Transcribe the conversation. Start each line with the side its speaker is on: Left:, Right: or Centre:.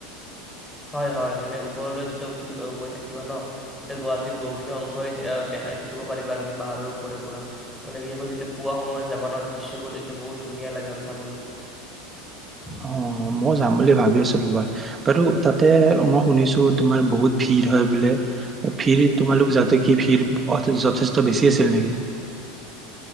Centre: হয় হয় মানে ওপৰলৈ যেতিয়া উঠি গৈ থাকিবা ন তেতিয়া গুৱাহাটীৰ বহুখিনি অংশই দেখা দেখিব পাৰিবা আৰু সেই পাহাৰৰ ওপৰে পৰা মানে বিশেষকৈ যেতিয়া পোৱা সময়ত যাবান দৃশ্যবোৰ তেতিয়া বহুত ধুনীয়া লাগে আৰু চাবলৈ
Right: অ' মই যাম বুলি ভাবি আছিলো ৰবা বাৰু তাতে মই শুনিছো তোমাৰ বহুত ভিৰ হয় বোলে ভিৰ তোমালোক যাওঁতে কি ভিৰ যথেষ্ট বেছি আছিল নেকি?